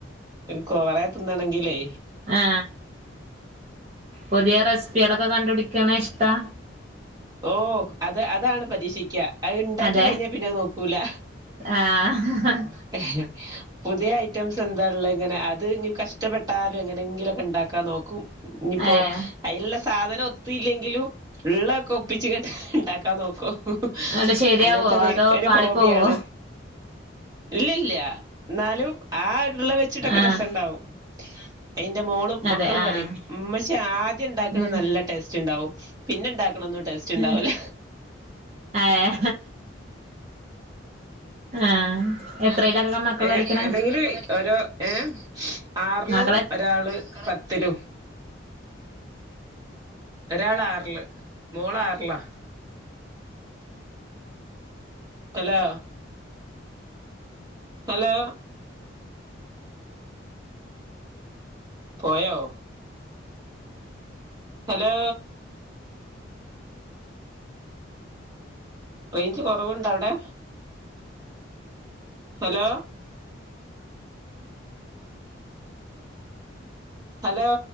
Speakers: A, on the right; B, on the right.
A: കൊറേ തിന്നണെങ്കിലേ
B: ആ പുതിയ റെസ് പ്പികളൊക്കെ കണ്ടുടിക്കണേ ഇഷ്ടാ?
A: ഓ അത് അതാണ് പരീക്ഷിക്ക അഅ് ഇണ്ടാക്കി
B: അതെ
A: കഴിഞ്ഞാൽ പിന്നത് നോക്കൂല
B: ആഹ്
A: <unintelligible> പുതിയ ഐറ്റംസ് എന്താ ഉള്ള ഇങ്ങനെ അത് ഇനി കഷ്ട്ടപ്പെട്ടാലും എങ്ങനെങ്കിലൊക്കെ ഉണ്ടാക്കാൻ നോക്കും ഇനിയിപ്പോ
B: ഏഹ്
A: അയിലുള്ള സാധനം ഒത്തില്ലെങ്കിലും ഉള്ള ഒപ്പിച്ച്ക്കാണ്ട് ഇണ്ടാക്കാൻ നോക്കും
B: അന്നിട്ട് ശരിയാവോ
A: അങ്ങനത്തെ ഒരു
B: അതോ
A: ഒരു
B: പാളിപ്പോവോ
A: ഹോബിയാണ് ഇല്ലല്ല എന്നാലും ആ ഉരുള്ള വെച്ചിട്ടൊക്കെ
B: ആഹ്
A: രസണ്ടാവും അയിന്റെ മോളും മക്കളും
B: അതെ ആഹ്
A: പറയും ഉമ്മച്ചി ആദ്യം ഉണ്ടാക്കണ
B: ഉം
A: നല്ല ടേസ്റ്റ് ഉണ്ടാവും പിന്നെണ്ടാക്ക ക്ണത് ടേസ്റ്റ് ഉണ്ടാവൂല
B: ഉം ഏഹ് ആഹ് എത്രയിലൊക്കെ
A: ആ
B: മക്കൾ
A: ഏ
B: പഠിക്കണെ
A: ഏന്തെങ്കിലും ഓരോ ഏ ആറിലും
B: മക്കളെ
A: ഒരാള് പത്തിലും ഒരാള് ആറില് മോള് ആറിലാ ഹലോ ഹലോ പോയോ ഹലോ റേഞ്ച് കൊറവുണ്ട അവിടെ ഹലോ ഹലോ